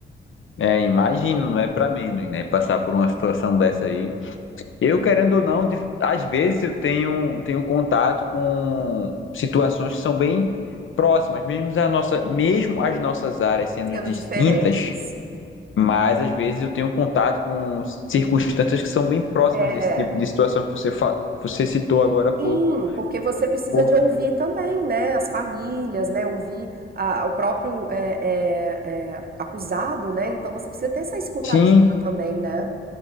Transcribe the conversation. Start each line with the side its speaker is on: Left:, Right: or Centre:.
Left: é, imagino, não é para menos, né? Passar por uma situação dessa aí. Eu, querendo ou não, de- às vezes eu tenho, tenho contato com situações que são bem próximas, mesmo, a nossa, mesmo as nossas áreas sendo
Right: Sendo
Left: distintas,
Right: diferentes.
Left: mas às vezes eu tenho contato com circunstâncias que são bem próximas
Right: É,
Left: desse tipo de situação que você, fa- você citou agora há pouco.
Right: sim, porque você precisa
Left: Por-
Right: de ouvir também, né, as famílias, né, ouvir a- o próprio é, é, é, acusado, né, então você precisa ter essa escutativa
Left: Sim,
Right: também, né?